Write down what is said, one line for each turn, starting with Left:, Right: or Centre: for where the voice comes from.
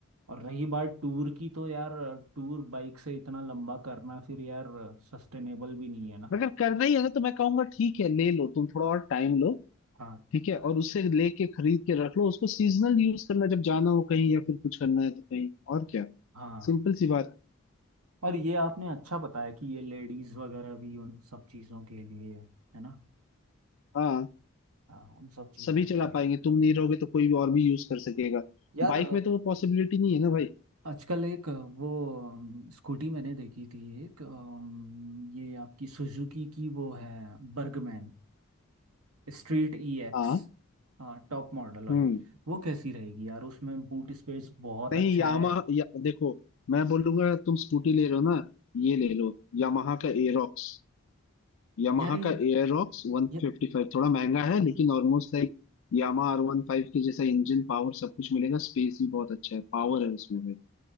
Right: और रही बात टूर की तो यार टूर बाइक से इतना लंबा करना फिर यार सस्टेनेबल भी नहीं है ना
Left: अगर करना ही है ना तो मैं कहूंगा ठीक है ले लो तुम थोड़ा और टाइम लो
Right: हाँ
Left: ठीक है और उससे लेके खरीद के रख लो उसको सीजनल यूज करना जब जाना हो कहीं या फिर कुछ करना है तो कहीं और क्या
Right: हाँ
Left: सिंपल सी बात
Right: और ये आपने अच्छा बताया कि ये लेडीज वगैरह भी उन सब चीज़ों के लिए है ना
Left: हाँ
Right: हाँ उन सब चीज़ों
Left: सभी चला
Right: के लिए
Left: पाएंगे तुम नहीं रहोगे तो कोई और भी यूज कर सकेगा
Right: यार
Left: बाइक में तो वो पॉसिबिलिटी नहीं है ना भाई
Right: आजकल एक वो अम, स्कूटी मैंने देखी थी एक अम, ये आपकी सुजुकी की वो है बर्गमैन स्ट्रीट ई एक्स
Left: हाँ
Right: हाँ टॉप मॉडल वाली
Left: हम्म
Right: वो कैसी रहेगी यार उसमें बूट स्पेस बहुत
Left: नहीं
Right: अच्छा
Left: यामा
Right: है
Left: या, देखो मैं बोलूंगा तुम स्कूटी ले लो ना ये ले लो यामाहा का एरोक्स यामाहा
Right: यार ये
Left: का एरोक्स वन
Right: ये-
Left: फिफ्टी फाइव थोड़ा महंगा है लेकिन ऑलमोस्ट लाइक यामाहा आर वन फाइव के जैसा इंजन पावर सब कुछ मिलेगा स्पेस भी बहुत अच्छा है पावर है उसमें भी